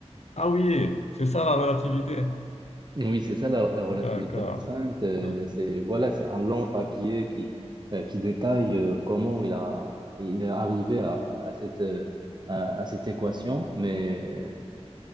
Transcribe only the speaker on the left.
Ah oui, c'est ça la relativité.
D'accord.
Hmm.